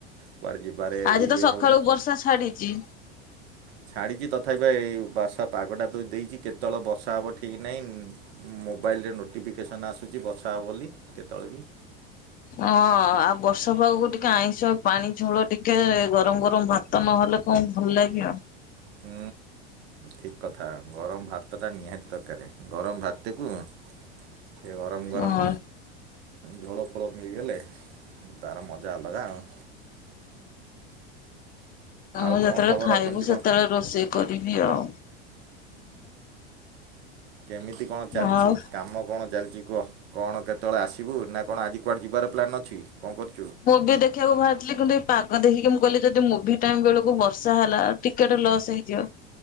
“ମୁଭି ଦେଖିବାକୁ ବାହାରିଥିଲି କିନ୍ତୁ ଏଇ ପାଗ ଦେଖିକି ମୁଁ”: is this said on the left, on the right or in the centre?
Left